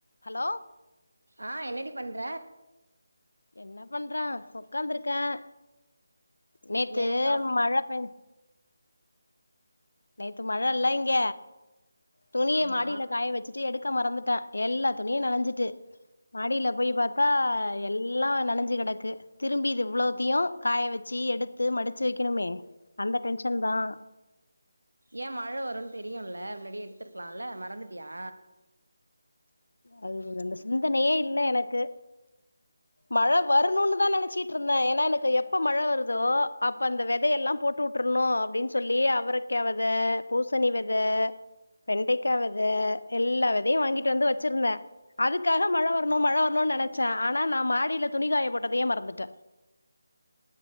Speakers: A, on the left; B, on the right.
A: Hello
B: ஆங் என்னடி பண்ற
A: என்ன பண்றன் உக்காந்துருக்கேன் நேத்து
B: ஏன் காஃபி
A: மழை பெஞ் நேத்து மழைல இங்க துணிய
B: ஆமா
A: மாடியில காய வச்சுட்டு எடுக்க மறந்துட்டேன் எல்லா துணியும் நனைஞ்சு சுட்டு மாடியில போய் பாத்தா எல்லாம் நனைைஞ்சு கெடக்கு திரும்பி இது இவ்வளோத்தையும் காய வச்சு எடுத்து மடிச்சு வைக்கணுமே அந்த டென்ஷன் தான்
B: ஏன் மழை வரும்னு தெரியுல்ல முன்னாடியே எடுடுத்திருக்கலாம்ல மறந்துட்டியா
A: அது அந்த சிந்தனையே இல்ல எனக்கு மழை வரணுன்னுதான் நெனச்சட்ருந்தேன் ஏன்னா எனக்கு எப்ப மழை வருதோ அப்ப அந்த வெதையெல்லாம் போட்டு வுட்டுரணும் அப்படின்னு சொல்லி அவரைக்காய் விதை பூசணி வெத வெண்டக்காய் வெத எல்லா வெதையும் வாங்கிட்டு வந்து வச் சிருந்தேன் அதுக்காக மழை வரணும் மழை வரணும்னு நெனைகச்சேன் ஆனா நான் மாடில துணிக் காய போட்டதையே மறந்துட்டேன்